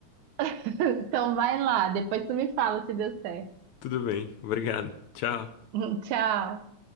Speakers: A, on the right; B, on the left.
A: <laughs> Então vai lá, depois tu me fala se deu certo.
B: Tudo bem. Obrigado. Tchau.
A: <laughs> Tchau.